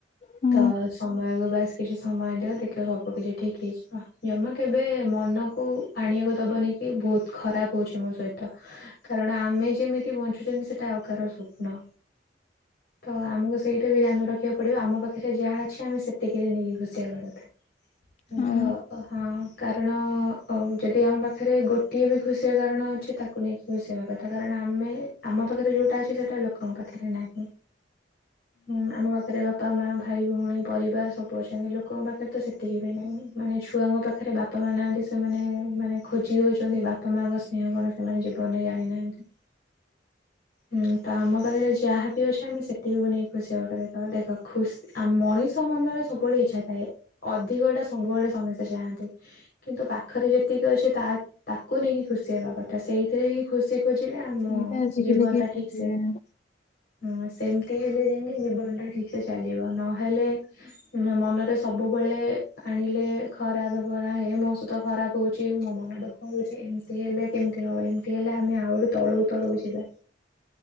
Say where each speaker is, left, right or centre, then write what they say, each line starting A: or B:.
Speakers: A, on the left (about 35°); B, on the left (about 60°).
A: ହୁଁ
B: ତ ସମୟକୁ ବାସ୍ କିଛି ସମୟ ଦିଅ ଦେଖିବ ସବୁ କିଛି ଠିକ ହେଇଯିବ। ଜମା କେବେ ମନକୁ ଆଣିଆକୁ ଦବନି କି ବହୁତ ଖରାପ ହଉଚ ମୋ ସହିତ। କାରଣ ଆମେ ଯେମିତି ବଞ୍ଚୁଛନ୍ତି ସେଟା ଆଉ କାହାର ସ୍ୱପ୍ନ। ତ ଆମକୁ ସେଇଟା ବି ଧ୍ୟାନ ରଖିବାକୁ ପଡ଼ିବ ଆମ ପାଖରେ ଯାହା ଅଛି ଆମେ ସେତିକିରେ ନେଇକି ଖୁସି ହେବା କଥା।
A: ହୁଁ
B: ତ ଅ ହଁ କାରଣ ଯଦି ଆମ ପାଖରେ ଗୋଟିଏ ବି ଖୁସିିର କାରଣ ଅଛି ତାକୁ ନେଇକି ଖୁସି ହେବା କଥା। ସେଟା କାରଣ ଆମେ ଆମ ପାଖରେ ଯଉଟା ଅଛି ସେଇଟା ଲୋକଙ୍କ ପାଖରେ ନାହିଁ। ହୁଁ ଆମ ପାଖରେ ବାପ ବାପା, ମା, ଭାଇ, ଭଉଣୀ, ପରିବାର ସବୁ ଅଛନ୍ତି। ଲୋକଙ୍କ ପାଖରେ ତ ସେତିକି ବି ନାହିଁ। ମାନେ ଛୁଆଙ୍କ ପାଖରେ ବାପା ବାପା ମା ନାହାନ୍ତି ସେମାନେ ମାନେ ଖୋଜି ହଉଛନ୍ତି ବାପା ମାଙ୍କ ସ୍ନେହ କଣ ସେମାନେ ଜୀବନରେ ଜାଣିନାହାନ୍ତି। <inaudible> ହଁ, ‌ ତ ଆମ ପାଖରେ ଯାହାବି ଅଛି ଆମେ ସେତିକିକୁ ନେଇ ଖୁସି ହବା କଥା। ଦେଖ ଖୁସି ଆ ମଣିଷ ମନରେ ସବୁବେଳେ ଇଚ୍ଛା ଥାଏ। ଅଧିକ ଟା ସବୁବେଳେ ସମସ୍ତେ ଚାହାଁନ୍ତି। କିନ୍ତୁ ପାଖରେ ଯେତିକି ଅଛି ତା ତାକୁ ନେଇକି ଖୁସି ହେବା କଥା। ସେଇଥିରେ ହିଁ ଖୁସି ଖୋଜିଲେ ଆମ
A: ସେଇଟା ଆଜିକାଲି
B: ଜୀବନଟା
A: କେହି
B: ଠିକ
A: ଖୋଜିବେନି।
B: ସେ ହଁ ସେମିତି ହେଲେ ଯାଇଁକି ଜୀବନଟା ଠିକ ସେ ଚାଲିବ। ନହେଲେ ମନରେ ସବୁବେଳେ ଆଣିଲେ ଖରାପ ଭାବନା, ହେ ମୋ ସହିତ ଖରାପ ହଉଛି, ମୋ ମନଟା କହୁଛି ଏମିତି ହେଲେ କେମିତି ହବ? ଏମତି ହେଲେ ଆମେ ଆହୁରି ତଳକୁ ତଳକୁ ଯିବା।